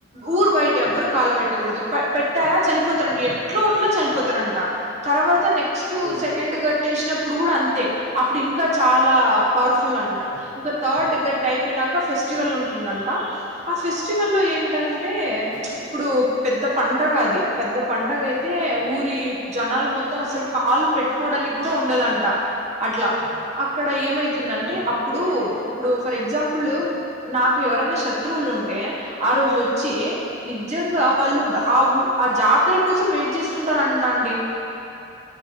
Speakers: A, on the right; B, on the right.
A: ఊరు బయట ఎవ్వరు కాలు పెట్టకూడదు పెట్టారా చనిపోతారంట ఎటట్లో అట్ల చనిపోతారంట తర్వాత నెక్ క్స్ట్
B: ఓ
A: సెకండ్ గట్టేసిన ప్పుడు కూడా అం తే అప్పుడు ఇంకా చాలా పవర్ఫుల్ అంట ఇంకా థర్డ్ గట్ టైపేనాక ఫెస్టివల్ ఉం టుందంట ఆ ఫెస్ స్టివల్ లో ఏంటంటే ప్చ్
B: ఆ
A: ఇప్పుడు పెద్ద పండగ అది పెద్ద పండగ అయితే ఊరి జనాలు మొత్తం అసలు కాలు పెట్టుకోవడానికి కూడా ఉండదంట అట్లా అక్కడ ఏమై తుందంటే
B: ఆ
A: అప్పుడు ఇప్పుడు ఫర్ ఎగ్జాంపుల్ నాకు ఎవరైనా శత్రువులు ఉంటే ఆ రోజు వచ్చి నిజంగా వాళ్ళు ఆఉ ఆ జాతర కోసం వెయిట్ చేస్తుంటారంట అండి